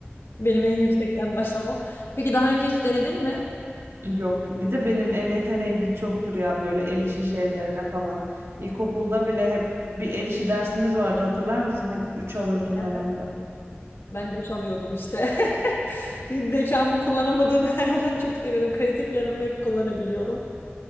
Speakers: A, on the left; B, on the right.
A: Benim en yüksekten başlamam. Peki daha önce hiç denedin mi?
B: <laughs> Yok. Bir de benim el yeteneğim hiç yoktur ya böyle el işi şeylerine falan. İlkokulda bile hep bir el işi dersimiz vardı hatırlar mısın? Hep 3 alırdım
A: Evet.
B: ben onda.
A: Ben 5 alıyordum işte. <laughs> Zekamı kullanamadığım her alanı çok seviyordum. Kreatif yanımı hep kullanabiliyordum.